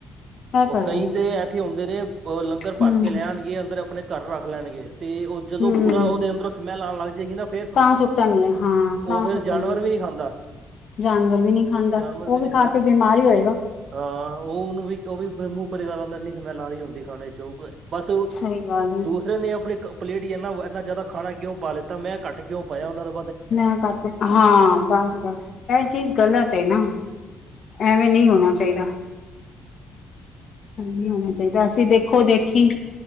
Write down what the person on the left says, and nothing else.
ਇਹ ਕਰਦੇ
ਨੇ
ਹਮ
ਹਮ
ਤਾਂ ਸੁੱਟਣਗੇ ਹਾਂ
ਤਾਂ
ਸੁੱਟਣਗੇ
ਜਾਨਵਰ ਵੀ ਨਹੀਂ ਖਾਂਦਾ
ਉਹ ਵੀ
ਖਾ
ਕੇ ਬਿਮਾਰ ਹੀ ਹੋਏਗਾ।
ਸਹੀ ਗੱਲ ਹੈ।
ਮੈਂ ਹਾਂ ਬਸ- ਬਸ ਇਹ ਚੀਜ਼ ਗਲਤ ਹੈ ਨਾ। ਐਵੇਂ
ਨਹੀਂ ਹੋਣਾ ਚਾਹੀਦਾ। ਨੀ ਹੋਣਾ ਚਾਹੀਦਾ, ਅਸੀਂ ਦੇਖੋ ਦੇਖੀ